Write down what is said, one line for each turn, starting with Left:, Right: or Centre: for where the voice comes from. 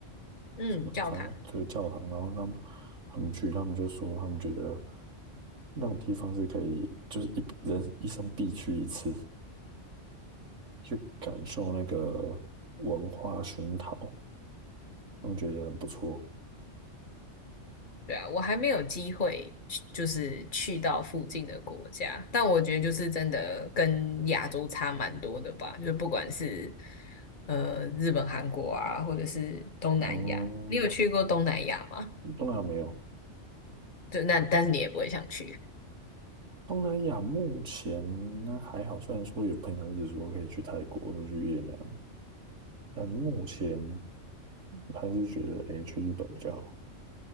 Left: 嗯，
Right: 什么？
Left: 教堂，
Right: 反正就是教堂。然后他们他们去，他们就说他们觉得那种地方是可以，就是一人一生必去一次，去感受那个文化熏陶，他们觉得很不错。
Left: 对啊，我还没有机会去，就是去到附近的国家，但我觉得就是真的跟亚洲差蛮多的吧，就是不管是呃日本、韩国啊，或者是东南亚，
Right: 哦、
Left: 你有去过东南亚吗？
Right: 东南亚没有。
Left: 对，那但是你也不会想去，
Right: 东南亚目前还好，虽然说有朋友一直说可以去泰国或者去越南，但目前还是觉得哎诶、去日本比较好，